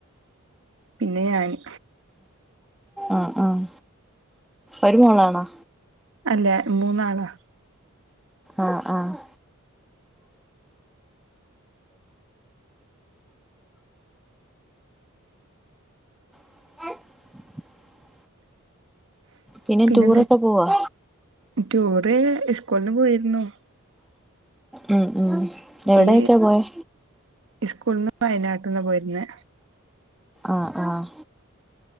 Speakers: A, on the right; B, in the centre.
A: പിന്നെ ഞാന്
B: അഹ് അഹ് ഒരു മോളാണോ
A: അല്ല മൂന്നാളാ
B: ആഹ് ആഹ് <inaudible> പിന്നെ
A: പിന്നെന്ത്
B: ടൂറൊക്കെ പോവാ
A: ടൂറ് സ്കൂൾന്ന് പോയിരുന്നു
B: ഉം ഉം എവിടെയൊക്കെ
A: ഈ
B: പോയെ
A: സ്കൂൾന്ന് വയനാട്ടിൽന്ന് പോയിരുന്നെ
B: ആഹ് ആഹ്